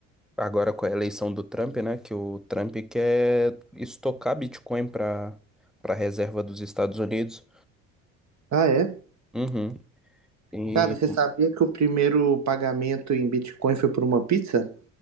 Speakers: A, in the centre; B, on the right (about 45°).
A: agora com a eleição do Trump, né, que o Trump quer estocar Bitcoin para para reserva dos Estados Unidos.
B: Ah, é?
A: Uhum. E
B: Cara, você sabia que o primeiro pagamento em Bitcoin foi por uma pizza?